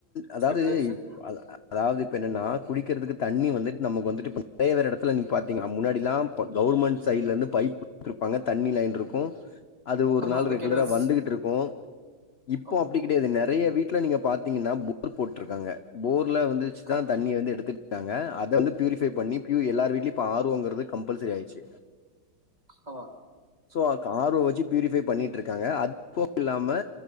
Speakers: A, on the left; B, on the right.
A: அதாவது
B: ஸ்டெப்லேசர்
A: இப்ப- அத- அதாவது இப்ப என்னன்னா குடிக்கிறதுக்கு தண்ணி வந்துட்டு நம்ம வந்துட்டு <inaudible> நெறைய வேற எடத்துல நீங் பாத்தீங்னா முன்னாடிலா ப கவுர்மெண்ட் சைடுல இருந்து பைப் <inaudible> ருப்பாங்க தண்ணி லைன் ருக்கூ அது ஒரு
B: ஆமா
A: நாள்
B: அந்த
A: ரெகுலரா
B: கேனல்ஸ்
A: வந்துகிட்ருக்கூ இப்போ
B: ஆமா
A: அப்டி கெடையாது நெறைய வீட்ல நீங்க பாத்தீங்கன்னா போர் போட்ருக்காங்க போர்ல வந்துச்சு
B: கரெக்ட்
A: தா தண்ணிய வந்து எடுத்துட்டு க்காங்க அத வந்து பியூரிஃபை பண்ணி பியூ எல்லார் வீட்லயு இப்போ ஆர்வோங்கிறது கம்ப்பல்சரி ஆயிச்சு
B: ஆமா
A: ஸோ காரோவை வச்சு பியூரிஃபை பண்ணிட்ருக்காங்க அதுப்போக இல்லாம